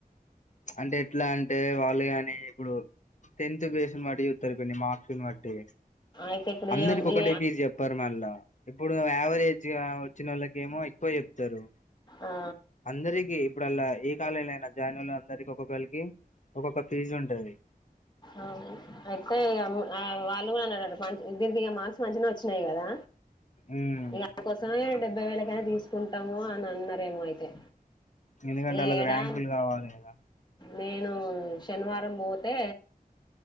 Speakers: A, on the left; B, on the left.
A: అంటే ఎట్లా అంటే వాళ్ళు కాని ఇప్పుడు టెన్త్ బేస్ ని బట్టి చూస్తారు పిన్ని మార్క్స్ ను బట్టి
B: అయితే ఇప్పుడు
A: అందరికి
B: ఏం
A: ఒకటే
B: ఏ
A: ఫీస్ చెప్పరు మళ్ళా ఇప్పుడు యావరేజ్ వచ్చినోళ్ళకెమో ఎక్కువ చెప్తారు
B: ఆ
A: అందరికి ఇప్పుడు అళ్ల ఏ కాలేజ్ ల అయిన జాయినోళ్ల అందరికి ఒక్కొక్కరికి ఒక్కొక్క ఫీజ్ ఉంటది
B: అవును ఎక్కో ఇగ వాళ్ళు కూడా అన్నారట మంచి దీనికి ఇక మార్క్స్ మంచిగనే వచ్చినాయి కదా
A: ఉమ్
B: ఇక అందు కోసమే డెబ్బై వేలకైనా తీసుకుంటము అని అన్నారేమో అయితే
A: ఎందుకంటే
B: ఇగ
A: వాళ్ళకి
B: ఏడా
A: ర్యాంకులు కావాలి కదా
B: నేను శనివారం పోతే